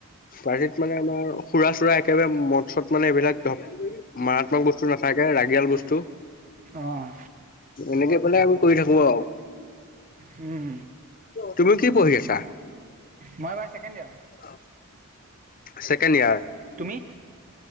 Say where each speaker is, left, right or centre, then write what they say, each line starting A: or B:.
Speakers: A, on the left; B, on the right.
A: পাৰ্থিত মানে আমাৰ। সুৰা চুৰা একেবাৰে মৎছত মানে এইবিলাক মাৰাত্মক বস্তু নাথাকে ৰাগিয়াল বস্তু।
B: অঁ
A: এনেকে পেলাই আ কৰি থাকো আৰু।
B: উম।
A: তুমি কি পঢ়ি আছা।
B: মই এইবাৰ ছেকেণ্ড ইয়াৰ
A: অ। Second year.
B: তুমি।